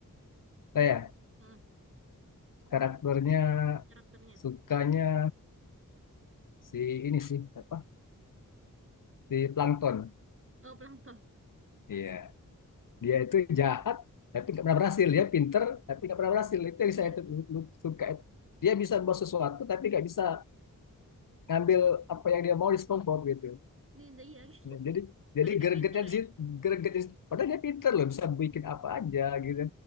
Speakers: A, on the left; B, on the right.
A: saya
B: Hmm.
A: karakternya
B: karakternya.
A: sukanya si ini sih, apa? Si Plankton.
B: Oh, Plankton.
A: Iya. Dia itu jahat tapi nggak pernah berhasil. Dia pinter tapi nggak pernah berhasil. Itu yang
B: Iya,
A: saya tu- suka. Dia bisa buat sesuatu tapi nggak bisa ngambil apa yang dia mau di SpongeBob gitu.
B: Ninja iya. <laughs>
A: Ya, Jadi
B: Padahal
A: jadi
B: dia
A: gregetnya
B: pinter
A: di
B: ya.
A: situ,
B: <laughs>
A: gregetnya di situ. Padahal dia pinter loh, bisa bikin apa aja gitu.